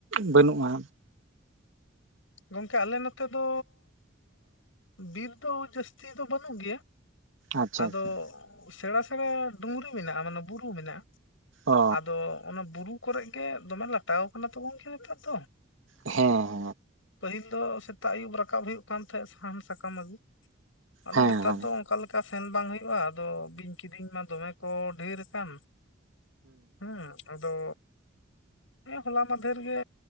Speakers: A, on the right; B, on the left.
A: ᱵᱟᱹᱱᱩᱜᱼᱟ
B: ᱜᱚᱢᱠᱮ ᱟᱞᱮ ᱱᱚᱛᱮ ᱫᱚ ᱵᱤᱨ ᱫᱚ ᱡᱟᱹᱥᱛᱤ ᱫᱚ ᱵᱟᱹᱱᱩᱜ ᱜᱮᱭᱟ
A: ᱟᱪᱪᱷᱟ
B: ᱟᱫᱚ
A: ᱟᱪᱪᱷᱟ
B: ᱥᱮᱬᱟ ᱥᱮᱬᱟ ᱰᱩᱝᱨᱤ ᱢᱮᱱᱟᱜᱼᱟ ᱢᱟᱱᱮ ᱵᱩᱨᱩ ᱢᱮᱱᱟᱜᱼᱟ
A: ᱚ
B: ᱟᱫᱚ ᱚᱱᱟ ᱵᱩᱨᱩ ᱠᱚᱨᱮ ᱜᱮ ᱫᱚᱢᱮ ᱞᱟᱴᱟᱣ ᱟᱠᱟᱱᱟ ᱛᱚ ᱜᱚᱢᱠᱮ ᱱᱮᱛᱟᱨ ᱫᱚ
A: ᱦᱮᱸ
B: ᱯᱟᱹᱦᱤᱞ ᱫᱚ ᱥᱮᱛᱟᱜ ᱟᱹᱭᱩᱵ ᱨᱟᱠᱟᱵ ᱦᱩᱭᱩᱜ ᱠᱟᱱ ᱛᱟᱦᱮᱸᱫ ᱥᱟᱦᱟᱱ ᱥᱟᱠᱟᱢ ᱟᱹᱜᱩ ᱟᱫᱚ
A: ᱦᱮᱸ
B: ᱱᱮᱛᱟᱨ
A: ᱦᱮᱸ ᱦᱮᱸ
B: ᱫᱚ ᱚᱱᱠᱟ ᱚᱱᱠᱟ ᱥᱮᱱ ᱵᱟᱝ ᱦᱩᱭᱩᱜᱼᱟ ᱟᱫᱚ ᱵᱤᱧ ᱠᱤᱰᱤᱧ ᱢᱟ ᱫᱚᱢᱮ ᱠᱚ ᱰᱷᱮᱨ ᱟᱠᱟᱱ ᱦᱩᱸ ᱟᱫᱚ ᱦᱮᱸ ᱦᱚᱞᱟ ᱢᱟᱫᱷᱮᱨ ᱜᱮ